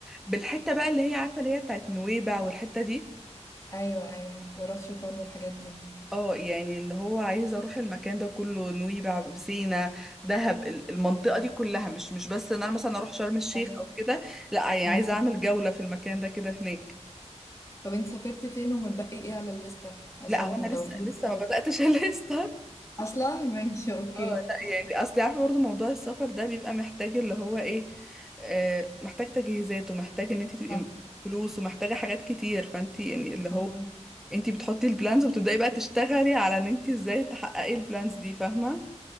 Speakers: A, in the centre; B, on the left.
A: بالحته بقى اللي هي عارفه اللي هي بتاعت نويبع والحته دي
B: أيوة أيوة ورا الشيطان والحاجات دي
A: اه يعني اللي هو عايزه اروح المكان ده كله نويبع سينا دهب ال- المنطقه دي كلها مش مش بس ان انا مثلا اروح شرم الشيخ
B: ايوه
A: او كده لا يعني
B: مم.
A: عايزه اعمل جوله في المكان ده كده هناك
B: طب أنت سافرتي فين ومتبقي إيه على الليستة عشان
A: لا هو انا لسه
B: لو في
A: لسه
B: كتاب
A: ما بداتش <laughs> لسه
B: أصلا ماشي أوكي
A: اه لا يعني اصل عارفه برضه موضوع السفر ده بيبقى محتاج اللي هو ايه آه محتاج تجهيزات ومحتاج ان انت تبقي
B: صح
A: فلوس ومحتاجه حاجات كتير فانت يعني اللي هو
B: مم.
A: انت بتحطي البلانز وبتبداي بقى تشتغلي على ان انت ازاي تحققي البلانز دي فاهمه